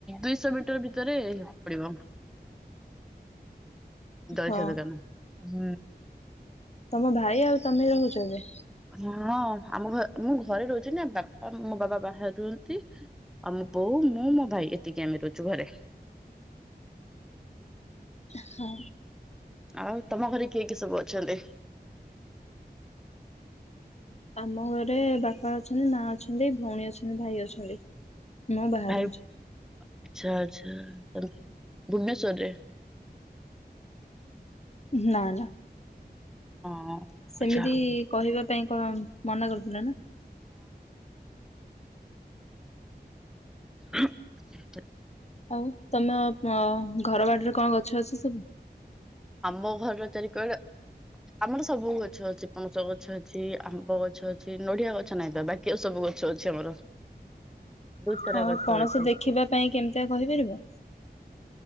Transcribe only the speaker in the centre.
ଦୁଇଶହ ମିଟର ଭିତରେ ପଡିବ। ଜଳଖିଆ
ଦୋକାନ ହୁଁ।
ହଁ ଆମ ଘ ମୁଁ ଘରେ ରହୁଛି ନା ବାପା ମୋ ବାବା ବାହାରେ ରୁହନ୍ତି। ଆଉ ମୋ ବୋଉ ମୁଁ ମୋ ଭାଇ ଏତିକି ଆମେ ରହୁଛୁ ଘରେ।
ଆଉ ତମ ଘରେ କିଏ କି ସବୁ ଅଛନ୍ତି?
ଭାଇ
ଆଚ୍ଛା ଆଛା ତ ଭୁବନେଶ୍ଵର ରେ।
ହଁ
ଆଚ୍ଛା ହଉ।
ହଁ। ଆ <unintelligible>
ଆମ ଘର ଚାରି କ ଆମର ସବୁ ଗଛ ଅଛି ପଣସ ଗଛ ଅଛି ଆମ୍ବ ଗଛ ଅଛି ନଡିଆ ଗଛ ନାଇଁ ବା କି ଆଉ ସବୁ ଗଛ ଅଛି ଆମର। ବହୁତ ସାରା
ଗଛ
ଅଛି